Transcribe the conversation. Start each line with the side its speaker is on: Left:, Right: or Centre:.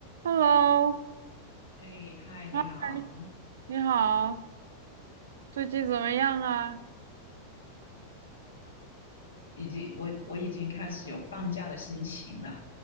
Right: Hello，
Left: 哎，嗨，你好，
Right: 嗨，你好，最近怎么样啊？
Left: 已经我我已经开始有放假的心情了。